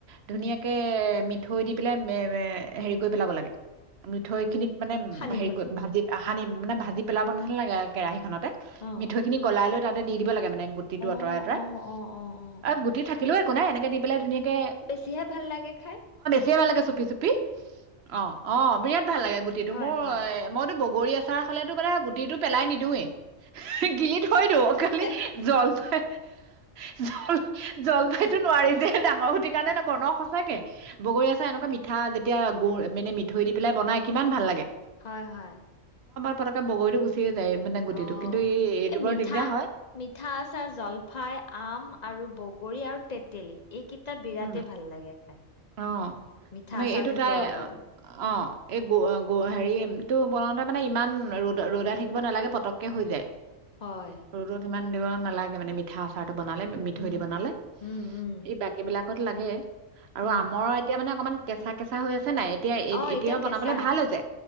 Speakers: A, on the right; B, on the left.
A: ধুনীয়াকে
B: উম
A: মিত। মি থৈ দি পেলাই হেৰি কৰি পেলাব লাগে মিঠৈখিনি। মানে
B: সানি
A: হেৰি
B: দিব
A: কৰি
B: লাগে
A: ভাজিআহ। সানি মানে ভাজি পেলাব নহলোগে কেৰাহীত থানতে
B: অ অ
A: মিঠৈ খিনি গলাই লৈ তা দি দিব লাগে মানে গুটিটো
B: অ
A: আঁতৰাই আতৰাই
B: অ অ অ অ
A: আৰু
B: অ
A: গুটি থাকিলোও একো নাই এনেকে দি পেলাই ধুনীয়াকে
B: যিহে ভাল লাগে খাই
A: কেবালেকে চুপিছো বি অ' অ' বিৰাট ভাল লাগে গুটিটো
B: হয়,
A: মোৰ
B: হয়।
A: মইতো ব বগৰী আচাৰ হ'লেতো মানে গুটিটো পেলাই নিদিওৱেই। গিলি থৈ দিওঁ। খালি
B: হেহ।
A: জলফাই জল জলফাইতো নোৱাৰি যে। ডাঙৰ গুটি কাৰণে ন অ ন সচাকে বগৰী আচাৰ এনেকুৱা মিঠা যেতিয়া গুৰ মানে মিঠৈ দি পেলাই বনাই কিমান ভাল লাগে।
B: হয় হয়।
A: পটককে বগৰীটো গুচিয়ে যায়। মানে গুটিটো
B: অ
A: কিন্তু এইটো
B: এই
A: বৰ
B: মিঠা
A: দিগদাৰ হয়
B: মিঠা আচাৰ জলফাই আম আৰু ব গৰী আৰু তেতেলী এইকেইটা বিৰাটে
A: উম
B: ভাল লাগে খাই।
A: অ
B: মিঠা
A: মানে
B: আচাৰ
A: এইটো
B: ভিতৰত
A: তাই
B: আৰু
A: অ এই গ আ গ হেৰি টো বনাওঁতে মানে ইমান ৰদ ৰ'দাই থাকিব নালাগে পটককে হৈ যায়।
B: হয়।
A: ৰ'দত ইমান দিব নালাগে মানে মিঠা আচাৰ। বনালে মিঠৈ
B: উম,
A: দি বনালে
B: উম, উম,
A: এই বা দাকত লাগে আৰু
B: উম।
A: আমৰ এতিয়া মানে অকমান কেঁচা কেঁচা হৈ আছে। নাই এতিয়া এ-
B: অ
A: এতিয়াও
B: এতিয়া
A: বনাবলে
B: কেঁচা
A: ভাল হৈছে